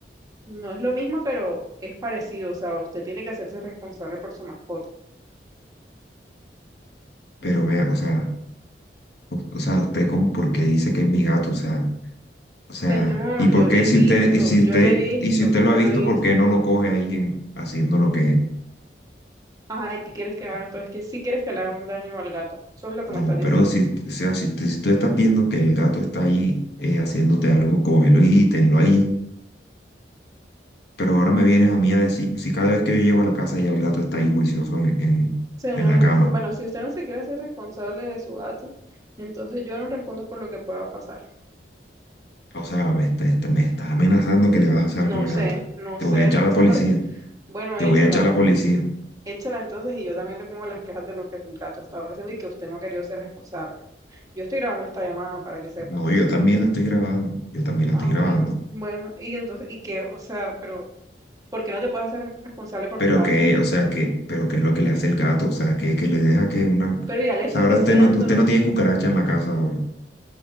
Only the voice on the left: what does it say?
Pero vea, o sea, o, o sea, usted como por qué dice que es mi gato, o sea, o sea,
y por
qué
si
usted, y si
usted,
y si usted
lo ha visto,
¿por qué no lo coge ahí en- haciendo lo que
No,
pero si, o sea, si, tú- si tú estás viendo que el gato está ahí eh, haciéndote algo, cógelo y tenlo ahí Pero ahora me vienes a mí a decir, si cada vez que yo llego a la casa y el gato está ahí juicioso en, en-
en la
cama,
o sea, me, está- está- me estás amenazando que le vas a hacer
algo al
gato.
Te
voy a echar
a
la policía,
te
voy a echar a la policía.
No, yo también la estoy grabando, yo también la
estoy
grabando.
Pero
que, o sea, que, pero qué es lo que le hace el gato, o sea, que, que le deja que una...
O
sea, ahora
usted no, usted no tiene cucaracha en la casa ahora.